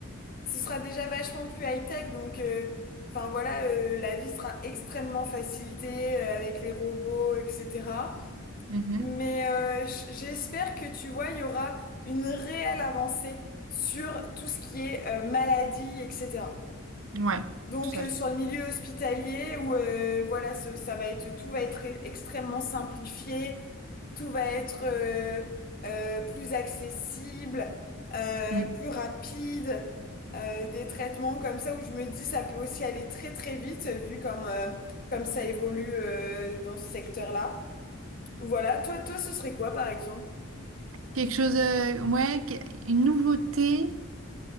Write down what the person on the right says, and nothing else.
Mhm.
Ouais,
tout
à fait.
Mm.
Quelque chose, euh, ouais, que- une nouveauté.